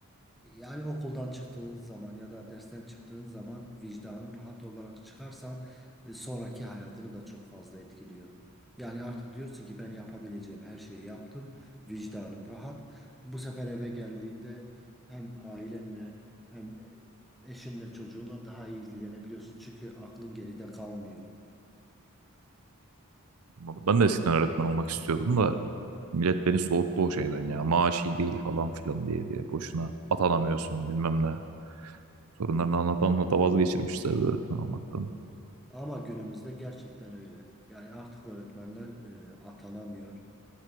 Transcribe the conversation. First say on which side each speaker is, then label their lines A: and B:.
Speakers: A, in the centre; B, on the right (about 85°).
A: Yani okuldan çıktığın zaman ya da dersten çıktığın zaman vicdanın rahat olarak çıkarsan e, sonraki hayatını da çok fazla etkiliyor. Yani artık diyorsun ki ben yapabileceğim her şeyi yaptım, vicdanım rahat. Bu sefer eve geldiğinde hem ailenle hem e, eşinle çocuğunla daha iyi ilgilenebiliyorsun. Çünkü aklın geride kalmıyor.
B: Ben de eskiden öğretmen olmak istiyordum da millet beni soğuttu o şeyden ya. Maaş iyi değil falan filan diye diye. Boşuna atanamıyorsun bilmem ne. Sorunlarını anlatan anlata vazgeçirmişler öğretmen olmaktan.
A: Ama günümüzde gerçekten öyle. Yani artık öğretmenler e, atanamıyor.